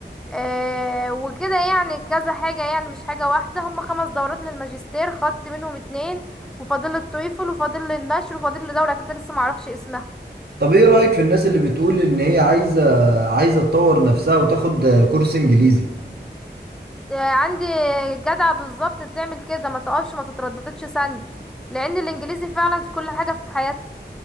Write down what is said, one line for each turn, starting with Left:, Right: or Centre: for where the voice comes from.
Centre: آه وكده يعني كذا حاجة يعني مش حاجة واحدة هم خمس دورات للماجستير خدت منهم اتنين وفاضل التويفل وفاضل لي النشر وفاضل لي دورة كده لسه معرفش اسمها
Right: طب ايه رأيك في الناس اللي بتقول ان هي عايزة عايزة تطور نفسها وتاخد كورس انجليزي
Centre: آه عندي جدعة بالظبط تعمل كده ما تقفش ما تترددش ثانية لان الانجليزي فعلا في كل حاجة في حياتنا